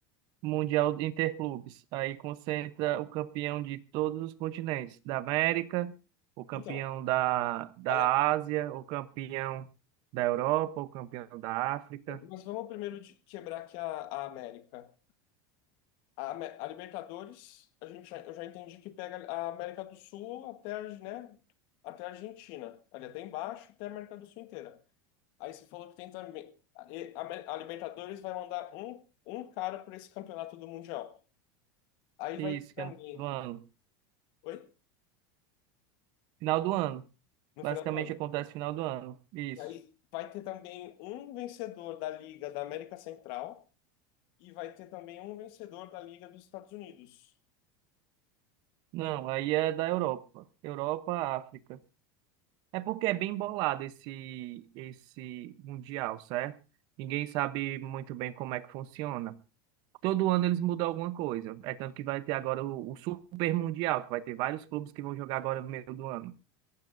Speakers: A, on the right; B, on the left.
A: Mundial de Interclubes. Aí concentra o campeão de todos os continentes. Da América, o campeão
B: Então,
A: da, da
B: aí a-
A: Ásia, o campeão da Europa, o campeão da África.
B: mas vamos primeiro de- quebrar aqui a, a América. A, Amé- a Libertadores, a gente já- eu já entendi que pega a América do Sul até, a- né, até a Argentina, ali até embaixo, até a América do Sul inteira. Aí você falou que tem também. A, e- a Amé- a Libertadores vai mandar um, um cara para esse campeonato do Mundial. Aí
A: Isso,
B: vai também.
A: que é no final do ano.
B: Oi?
A: Final do ano.
B: No
A: Basicamente
B: final do ano.
A: acontece no final do ano. Isso.
B: E aí vai ter também um vencedor da Liga da América Central e vai ter também um vencedor da Liga dos Estados Unidos.
A: Não, aí é da Europa. Europa, África. É porque é bem bolado esse, esse mundial, certo? Ninguém sabe muito bem como é que funciona. Todo ano eles mudam alguma coisa. É tanto que vai ter agora o, o Super Mundial, que vai ter vários clubes que vão jogar agora no meio do ano.